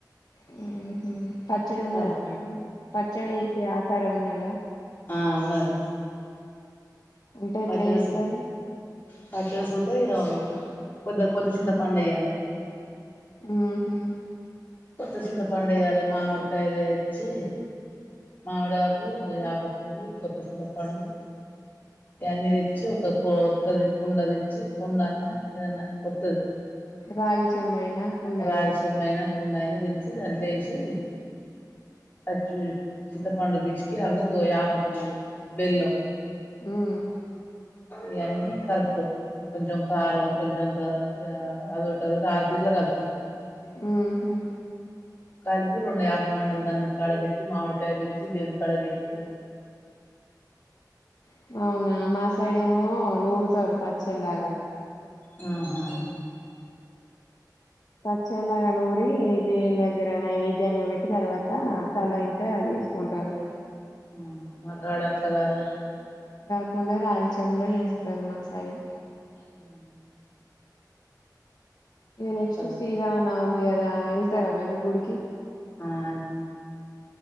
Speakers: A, on the left; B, on the left.
A: హ్మ్ హు పచ్చడి ఉన్నదా,
B: ఆ
A: మీకు పచ్చడి చేసే ఆచారం ఉన్నదా
B: ఆ ఉన్నది.
A: అంటే ఎట్లా
B: పచ్చడి
A: ఏస్తారు.
B: సూ పచ్చడి సూత ఇగా కొద్దగా, కొత్త చింత పండు ఏయ్యాలే.
A: మ్మ్ హు
B: కొత్త చింతపండు వేయాలి. మామిడికాయదేచ్చి, మామిడి ఆకు, వేప పువ్వు, కొత్త చింతపండు, ఇవన్నీ తెచ్చి ఒక కొత్తది కుండ తెచ్చి, కుండ అన్న ఏదన్నా కొత్తది
A: రాగి చెంబైనా కుండైనా
B: రాగి శెంబైనా కుండైనా, తెచ్చి దాంట్లే వేసి చి చింతపండు, బిస్కీ అల్లా యాప పువ్వు, బెల్లం
A: ఉమ్
B: ఇయన్ని కల్పుతో కొంచం కారం కొంచెంత ఇలా అల్లోటి, అదోటి, ఆర్ తీర్లా కల్పుతం
A: హ్మ్ హు
B: కల్పి రెండు యాప మండలు, దాని కాడ పెట్టి మామిడికాయ పెట్టి దేవుని కాడ వెట్టి
A: ప్చ్ అవునా మా సైడేమో, నూరుతారు పచ్చడ్లాగా
B: హ్మ్ హా
A: పచ్చడ్లాగా నూరి దేవుని దగ్గర, నైవేద్యంగా వెట్టి తర్వాత తలా ఇంత తీసుకుంటారు.
B: మ్మ్ మకాడ అట్లకాదు.
A: కుండా రాగి చెమ్ములో చేస్తరు మాసైడు
B: మ్
A: నెక్స్ట్
B: అట్ల కాదు
A: శ్రీరామనవ మీ కదా వెళ్తారా మీరు గుడికి
B: ఆ ఎ